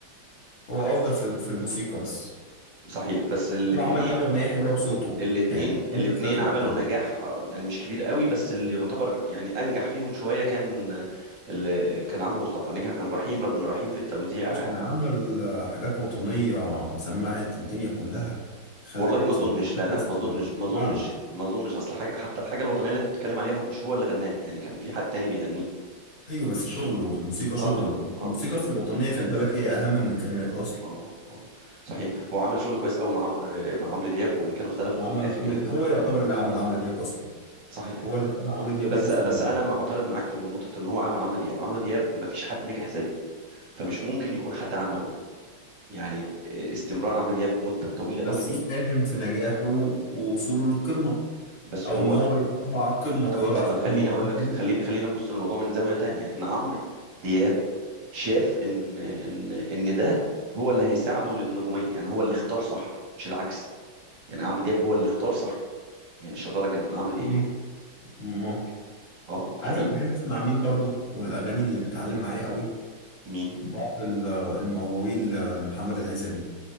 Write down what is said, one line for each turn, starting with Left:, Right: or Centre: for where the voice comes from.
Left: هو أفضل في في الموسيقى بس
Right: صحيح بس الاثنين
Left: هو عمل كام أغنية حلوة بصوته
Right: الاثنين
Left: يعني الأغاني
Right: الاثنين
Left: بتاعته تبقى
Right: عملوا
Left: حلوة
Right: نجاح يعني مش كبير قوي بس اللي يعتبر يعني انجح فيهم شويه كان اللي كان عمرو مصطفى نجح عن رحيم رغم ان رحيم في التوزيع
Left: عشان عمل آه، حاجات وطنية سمعت الدنيا كلها خلت
Right: والله ما اظنش لا
Left: الناس
Right: لا ما اظنش ما اظنش
Left: تسمع له
Right: ما اظنش اصل حاجه حتى الحاجه الوطنيه اللي انت بتتكلم عليها مش هو اللي غناها يعني كان في حد تاني بيغنيها
Left: أيوة بس شغله الموسيقى شغله
Right: اه شغل اه
Left: الموسيقى
Right: موسيقى
Left: في الوطنية خلي بالك هي أهم من الكلمات أصلا
Right: اه اه صحيح هو عمل شغل كويس قوي مع عمرو مع عمرو دياب وان كانوا اختلفوا
Left: وعمل
Right: في الاخر
Left: عمرو
Right: يعني
Left: دياب هو يعتبر اللي عمل عمرو دياب أصلا
Right: صحيح
Left: هو اللي خلى عمرو دياب
Right: بس
Left: يوصل
Right: بس انا معترض معاك في نقطه ان هو عمل عمرو دياب عمرو دياب ما فيش حد نجح زيه فمش ممكن يكون حد عمله يعني استمرار عمرو دياب مده طويله
Left: بس
Right: قوي دي
Left: ساهم في نجاحه ووصوله للقمة
Right: بس
Left: أو
Right: هو
Left: إن هو يتربع على القمة
Right: ط-
Left: ويقعد
Right: طب ما
Left: في
Right: تخليني
Left: القمة فترة
Right: اقول لك
Left: طويلة.
Right: خلينا خلينا نبص للموضوع من زاويه تانية ان عمرو دياب شاف ان ان ان ده هو اللي هيساعده للنجوميه يعني هو اللي اختار صح مش العكس يعني عمرو دياب هو اللي اختار صح يعني الشطاره كانت من عمرو دياب
Left: ممكن ممكن
Right: اه حقيقي
Left: عارف أنا بحب أسمع مين برضو والأغاني اللي بتعلم معايا قوي
Right: مين
Left: بعض ال- المواويل لمحمد العزبي